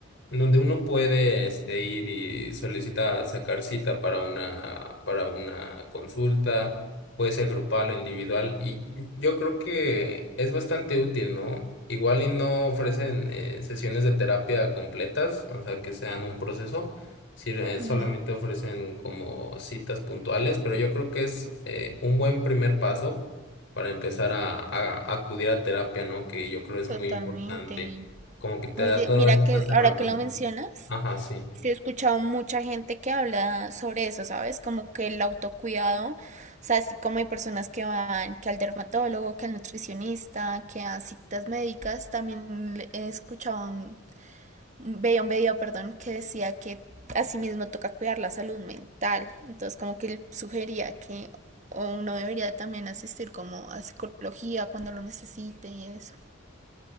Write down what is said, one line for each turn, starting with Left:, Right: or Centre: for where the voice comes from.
Left: en donde uno puede este, ir y solicita sacar cita para una, para una consulta, puede ser grupal o individual, y yo creo que es bastante útil, ¿no? Igual y no ofrecen eh, sesiones de terapia completas, o sea, que sean un proceso Sí, eh, solamente
Right: Ujú,
Left: ofrecen como citas puntuales, pero yo creo que es eh, un buen primer paso para empezar a, a acudir a terapia, ¿no? Que yo creo es
Right: Totalmente.
Left: muy importante. Como que te
Right: Oye,
Left: da todas
Right: mira
Left: estas
Right: que
Left: herramientas.
Right: ahora que lo mencionas,
Left: Ajá, sí.
Right: sí he escuchado mucha gente que habla sobre eso, ¿sabes? Como que el autocuidado, o sea, así como hay personas que van, que al dermatólogo, que al nutricionista, que a citas médicas, también le- he escuchado veía un video, perdón, que decía que asimismo toca cuidar la salud mental. Entonces, como que él sugería que uno debería también asistir como a psicología cuando lo necesite y eso.